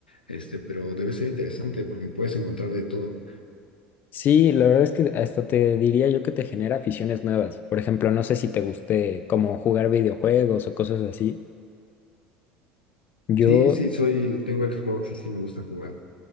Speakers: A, on the left; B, on the left.
A: Este, pero debe ser interesante porque puedes encontrar de todo.
B: Sí, la verdad es que hasta te diría yo que te genera aficiones nuevas. Por ejemplo, no sé si te guste como jugar videojuegos o cosas así. Yo,
A: Sí, sí, soy, tengo Xbox y sí me gusta jugar.